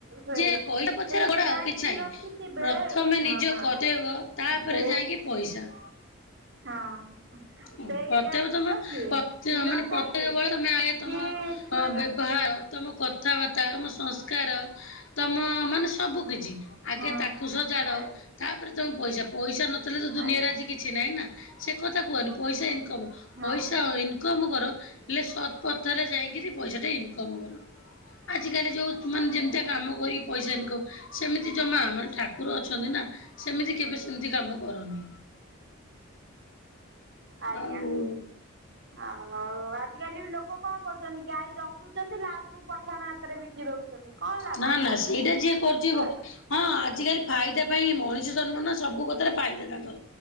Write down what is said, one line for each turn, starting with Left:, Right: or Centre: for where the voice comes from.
Right: ସେଇ
Left: ଯେ ପଇସା ପଛରେ
Right: ସେଇ
Left: ଗୋଡ଼ାଅ
Right: ଗାଈ
Left: କିଛି
Right: କି
Left: ନାହିଁ।
Right: ରଖିଥିବେ
Left: ପ୍ରଥମେ
Right: ଶୁଣ
Left: ନିଜ
Right: ଶୁଣ
Left: କର୍ତ୍ତବ୍ୟ ତାପରେ
Right: ସେ
Left: ଯାଇକି ପଇସା।
Right: ହଁ।
Left: ଉଁ,
Right: ସେଇ
Left: ପ୍ରତ୍ୟେକ
Right: ଗାଈକି
Left: ତୋମ
Right: ରଖିବେ
Left: ପ୍ରତ୍ୟେ
Right: କ୍ଷୀର
Left: ମାନେ
Right: ଖାଇବେ
Left: ପ୍ରତ୍ୟେକ ବଳେ ତୋମେ ଆଗେ ତୋମଅ,
Right: କି ଛୁଆ
Left: ବ୍ୟବହାର
Right: ଦେବେ
Left: ତୋମ କଥାବାର୍ତ୍ତା, ତୋମ ସଂସ୍କାର ତୋମ ମାନେ ସବୁ କିଛି। ଆଗେ
Right: ହଁ
Left: ତାକୁ ସଜାଡ।
Right: ଆ
Left: ତାପରେ ତୋମେ ପଇସା, ପଇସା ନଥିଲେ ତ ଦୁନିଆରେ
Right: ଆଜ୍ଞା
Left: ଆଜି କି ଛି ନାଇଁ ନା। ସେ କଥା କୁହନି ପଇସା ଇନକମ, ପଇସା
Right: ହଁ
Left: ଅ, ଇନ କମ କର ହେଲେ ସରତ ପଥରେ ଯାଇକିରି ପଇସାଟା ଇନକମ କର। ଆଜିକାଲି ଯୋଉ ମାନେ ଯେମିତିଆ
Right: ଆଜ୍ଞା
Left: କାମ କରିକି ପଇସା ଇନକ ସେମିତି ଜମା ମାନେ ଠାକୁର ଅଛନ୍ତି ନା ସେମିତି କେବେ ସେମିତି କାମ କରନି।
Right: ଆଜ୍ଞା
Left: ଆଉ
Right: ଆଉ ଆଜିକାଲି ବି ଲୋକ କଣ କରୁଛନ୍ତି ଗାଈ ର ଖୁଛନ୍ତି ଲାଷ୍ଟ କୁୁ ପଠାଣ ହାତରେ ବିକି ଦଉ ଚନି କଣ ଲା
Left: ନା ନା ସେଇଟା ଯିଏ କରୁଚି ବ-
Right: ଅଛି
Left: ହଁ ଆଜିକାଲି ଫାଇଦା ପାଇଁ ଏ ମଣିଷ ଜନ୍ମ ନା ସବୁ କଥାରେ ଫାଇଦା ତାଙ୍କର।